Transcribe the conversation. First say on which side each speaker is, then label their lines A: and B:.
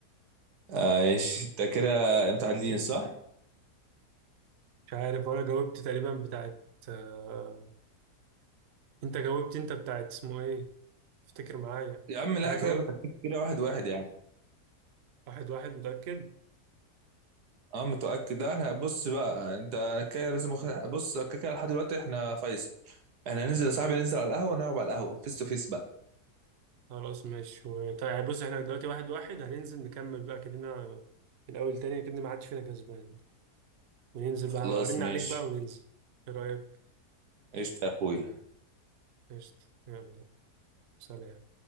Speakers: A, on the right; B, on the right.
A: ماشي ده كده متعادلين صح؟
B: مش عارف ولا جاوبت تقريبا بتاعت آه، انت جاوبت انت بتاعت اسمه ايه افتكر معايا
A: يا عم لا
B: انا
A: كده
B: جاوب
A: متأكد كده واحد واحد يا عم
B: واحد واحد متأكد
A: اه متأكد لا احنا بص بقى انت أنا كده لازم أخ- بص كده كده لحد دلوقتي احنا فيصل احنا هننزل يا صاحبي ننزل على القهوة نلعب على القهوة فيس تو فيس بقى
B: خلاص ماشي و- طيب بص احنا دلوقتي واحد واحد هننزل نكمل بقى كلنا من الاول تاني كده ما حدش فينا كسبان وننزل بقى
A: خلاص
B: هبقى ارن
A: ماشي
B: عليك بقى وننزل ايه رأيك
A: قشطة يا اخويا
B: قشطة يلا سلام